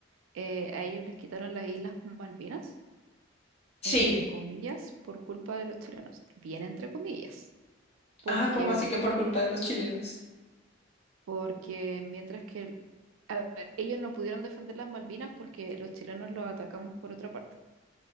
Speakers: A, on the right; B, on the left.
A: eh, a ellos les quitaron las Islas Malvinas,
B: Sí.
A: entre comillas, por culpa de los chilenos. Bien entre comillas, porque
B: Ah, ¿cómo así que por culpa de los chilenos?
A: porque mientras que, a ver, ellos no pudieron defender las Malvinas porque los chilenos los atacamos por otra parte.